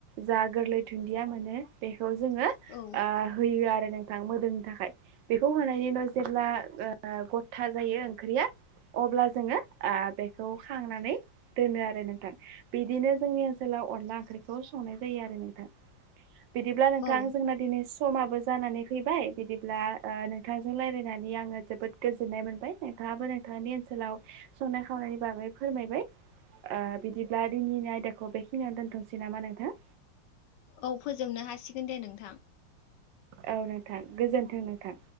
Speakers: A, on the right; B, on the left.
A: जा गोरलै धुन्दिया मोनो बे खौ जोङो
B: औ
A: आ होयो आरो नोंथां मोदोमनो थाखाय बेखौ होनायनि उनाव जेब्ला ओ गथा जायो ओंख्रिया अब्ला जोङो आ बेखौ खांनानै दोनो आरो नोंथां बिदिनो जोंनि ओनसोलाव अनला ओंख्रिखौ संनाय जायो आरो नोंथां बिदिब्ला नोंथां
B: औ
A: जोंना दिनैस समाबो जानानै फैबाय बिदिब्ला ओ नोंथांजों लायरायनानै आङो जोबोद गोजोननाय मोनबाय नोंथाङाबो नोंथांनि ओनसोलाव संनाय खावनायनि बागै फोरमायबाय ओ बिदिब्ला दिनैनि आयदाखौ बेखिनियावनो दोन्थ'नोसै नामा नोंथां
B: औ फोजोबनो हासिगोन दे नोंथां
A: औ नोंथां गोजोन्थों नोंथां